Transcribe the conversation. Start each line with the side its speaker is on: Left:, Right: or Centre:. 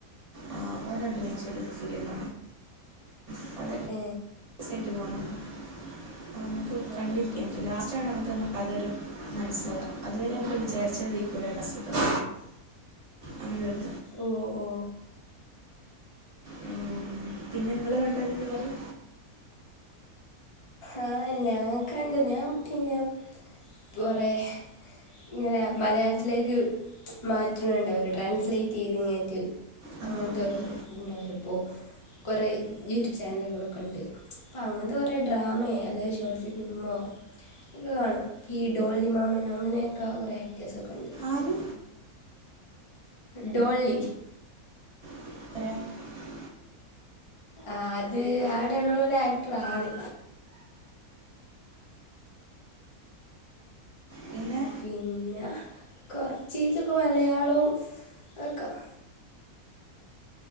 Right: ആ ഓനഭിനയിച്ചൊരു ഫിലിമാണ്. അതെ
Left: ഏ
Right: ഹസ്സായിട്ട് പോണം അത് നമുക്ക് കണ്ടിരിക്കാൻ
Left: ഓക്കെ
Right: പറ്റും ലാസ്റ്റാണ് നമുക്കൊന്ന് പലരും മനസ്സിലാവുക അതുവരെ നമ്മള് വിചാരിച്ചതായിരിക്കൂല ലാസ്റ്റിത്തെ ആങ്ങനെയൊരു
Left: ഓ ഓ
Right: ഉം, പിന്നെ ഇങ്ങള് കണ്ടതൊന്ന് പറയ്
Left: ആ ഞാൻ കണ്ട് ഞാൻ പിന്നെ കൊറേ ഇങ്ങനെ മലയാളത്തിലേക്ക് മാറ്റണൊണ്ടാവുല്ലേ ട്രാൻസ്ലേറ്റുചെയ്തിങ്ങാറ്റ്
Right: ആ
Left: അങ്ങനത്തൊരോന്ന്
Right: ആ.
Left: ഉണ്ടാവില്ലപ്പോ കൊറേ യൂട്യൂബ് ചാനലുകളൊക്കെയൊണ്ട് അങ്ങനത്തെ കൊറേ ഡ്രാമെ അല്ലെങ്കി ഷോർട്ട് ഫിലിമോ ഇതു കാണും ഈ ഡോളി മാമിന് അങ്ങനെയൊക്കെ കൊറെ ആക്ടേഴ്സൊക്കെണ്ട്.
Right: ആര്
Left: ഡോള്ളി
Right: <inaudible>
Left: ആ അത് ആടെള്ളൊരു ആക്ടറാണ്.
Right: പിന്നെ
Left: പിന്നെ കുറച്ചീച്ചൊക്കെ മലയാളവും ഒക്കെ-